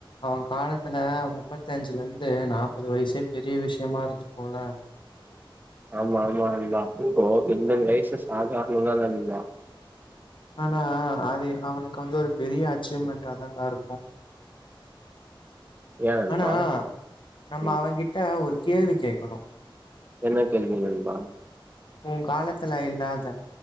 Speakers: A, on the left; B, on the right.
A: அவ காலத்துல முப்பத்தஞ்சுலர்ந்து நாப்பது வயசே பெரிய விஷயமா இருந்துருக்குல்ல
B: ஆமா ஆமா அது தா இப்போ எண்பது வயசு சாதாரண தா நண்பா
A: ஆனா அது அவனுக் வந்து ஒரு பெரிய அச்சீவ்மெண்ட்டா தான்டா இருக்கு
B: ஏ நண்பா
A: ஆனா நம்ம
B: ம்
A: அவங்கிட்ட ஒரு கேள்வி கேக்கணு
B: என்ன கேள்வி நண்பா
A: உ காலத்துல இல்லாத